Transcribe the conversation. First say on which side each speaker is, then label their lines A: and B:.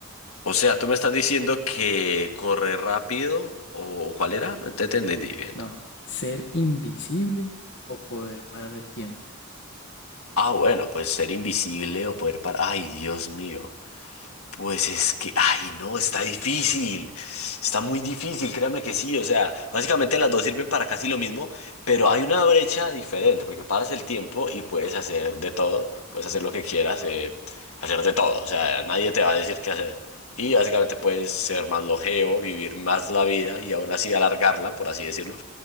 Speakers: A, on the left; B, on the left.
A: O sea, tú me estás diciendo que correr rápido, o ¿cuál era? No te entendí bien.
B: No, ser invisible o poder parar el tiempo.
A: Ah, bueno, pues ser invisible o poder parar. Ay, Dios mío. Pues es que, ay, no, está difícil. Está muy difícil, créame que sí. O sea, básicamente las dos sirven para casi lo mismo, pero hay una brecha diferente, porque paras el tiempo y puedes hacer de todo, puedes hacer lo que quieras, eh, hacer de todo, o sea, nadie te va a decir qué hacer. Y básicamente puedes ser más longevo, vivir más la vida y aún así alargarla, por así decirlo.